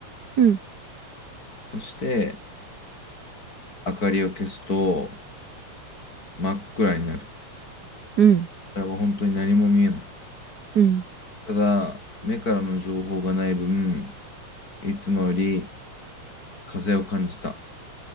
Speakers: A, on the right; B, on the left.
A: うん、
B: そして、明かりを消すと真っ暗になる。
A: うん、
B: 本当に何も見えない。
A: うん。
B: ただ、目からの情報がない分、いつもより風を感じた。